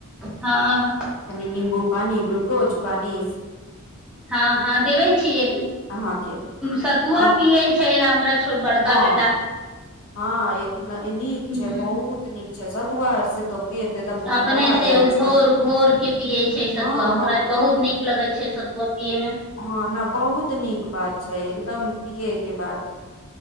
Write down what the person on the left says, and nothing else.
कनि नींबू पानी ग्लूकोज पानि
अहाँ के
अ
हँ
हँ एक नीक
छै बहुत ठीक छै सतुआ आर से तो पेट एकदम ठंडा
जाइ
छै
हँ हँ
हँ ने बहुत नीक बात छै एकदम पीए के बाद